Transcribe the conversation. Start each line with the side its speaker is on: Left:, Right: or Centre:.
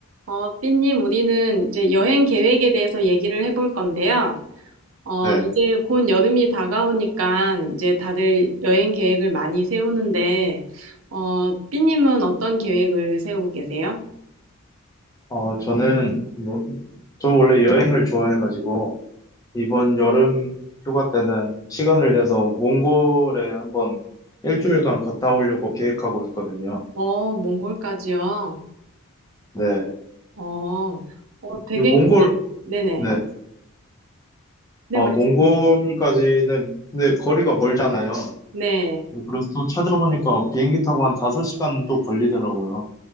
Right: 어, 삐님, 우리는 이제 여행 계획에 대해서 얘기를 해볼 건데요. 어,
Left: 네.
Right: 이제 곧 여름이 다가오니까 이제 다들 여행 계획을 많이 세우는데, 어, 삐님은 어떤 계획을 세우고 계세요?
Left: 어, 저는, 뭐, 저 원래 여행을 좋아해가지고, 이번 여름 휴가 때는 시간을 내서 몽골에 한번 일주일간 갔다 오려고 계획하고 있거든요.
Right: 어, 몽골까지요?
Left: 네.
Right: 어, 어, 되게,
Left: 이 몽골,
Right: 네네.
Left: 네.
Right: 네,
Left: 아,
Right: 말씀하세요.
Left: 몽골까지는, 근데 거리가 멀잖아요.
Right: 네.
Left: 그래서 또 찾아보니까 비행기 타고 한 5시간 또 걸리더라고요.